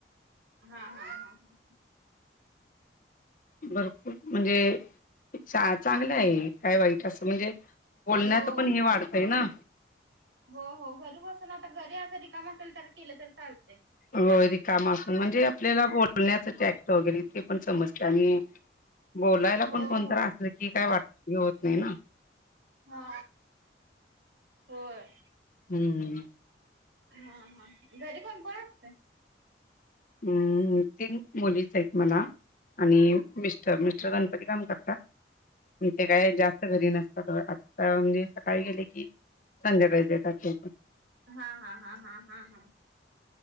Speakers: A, on the right; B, on the left.
A: हा हा हा हा.
B: भरपूर म्हणजे चा-चांगलं आहे काय वाईट असं म्हणजे बोलण्याचं
A: हो
B: पण हे वाढतंय ना.
A: हो हो घरु बसून आता घरी अस रिकाम असेल केलं तर चालते.
B: होय रिकाम असून म्हणजे आपल्याला बोलण्याच ट्रॅक्ट वगैरे ते पण समजते आणि बोलायला
A: हो
B: पण कोणीतरी
A: हो.
B: असलं की काय वाटलं होत नाही ना.
A: हा होय.
B: हम्म.
A: हा हा घरी कोण कोण असतंय?
B: हम्म तीन मुलीच आहेत मला. आणि मिस्टर मिस्टर गणपती काम करतात ते काय जास्त जास्त घरी नसतात आता म्हणजे सकाळी गेले की संध्याकाळी घरी येतात.
A: हा हा हा हा हा हा.